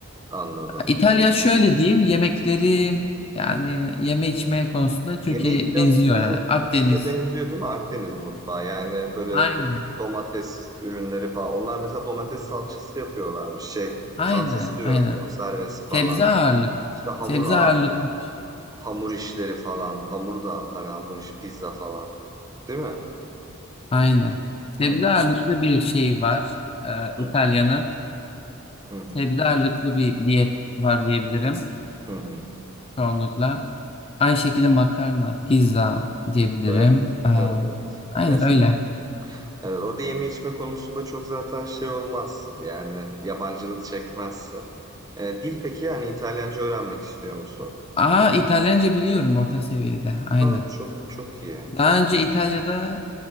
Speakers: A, on the right; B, on the left.
A: Anladım.
B: İtalya şöyle diyeyim yemekleri yani yeme içme konusunda Türkiye'ye
A: Yemeği birazcık
B: benziyor
A: bize,
B: yani. Akdeniz.
A: bize benziyor değil mi Akdeniz mutfağı? Yani böyle
B: Aynen.
A: domates ürünleri falan. Onlar mesela domates salçası yapıyorlarmış. Şey
B: Aynen.
A: salçası diyorum
B: Aynen.
A: konservesi falan.
B: Sebze ağırlık.
A: İşte hamur
B: Sebze
A: ağır
B: ağırlıklı. bir şey.
A: Hamur işleri falan, hamur da hani hamur iş, pizza falan, değil mi?
B: Aynen. Sebze
A: Hı hı.
B: ağırlıklı bir şey var. Ee, İtalya'nın.
A: Hı hı. Hı hı.
B: Sebze ağırlıklı bir diyet var diyebilirim
A: Hı hı.
B: çoğunlukla. Aynı şekilde makarna, pizza diyebilirim.
A: Evet.
B: Ee,
A: Evet, evet.
B: aynen
A: Gerçekten.
B: öyle.
A: Evet, orada yeme içme konusunda çok zaten şey olmazsın. Yani yabancılık çekmezsin. Ee, dil peki yani İtalyanca öğrenmek istiyor musun?
B: Aa İtalyanca biliyorum orta seviyede. Aynen.
A: Aa, çok çok iyi. Çok
B: Daha önce İtalya'da